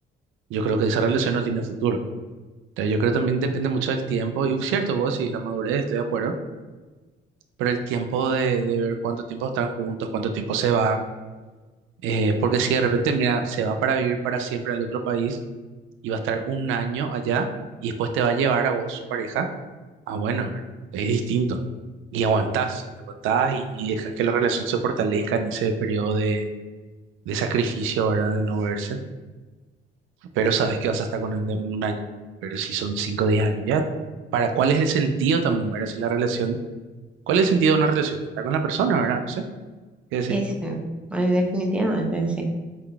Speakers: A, on the right; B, in the centre.
A: yo creo que esa relación no tiene futuro. Entonces, yo creo que también depende mucho del tiempo, y cierto, vos y la madurez, estoy de acuerdo, pero el tiempo de, de ver cuánto tiempo están juntos, cuánto tiempo se va, eh, porque si de repente, mira, se va para vivir para siempre al otro país y va a estar un año allá y después te va a llevar a vos, su pareja, ah, bueno, ¿verdad? Es distinto. Y aguantás, y aguantás y dejas que la relación se fortalezca en ese periodo de de sacrificio, ¿verdad? De no verse, pero sabes que vas a estar con él de- en un año. Pero si son 5 o 10 años, ya, ¿para cuál es el sentido también, ¿verdad? Si la relación, ¿cuál es el sentido de una relación? Estar con la persona, ¿verdad? No sé, ¿qué decir?
B: Y sí, eh, definitivamente sí.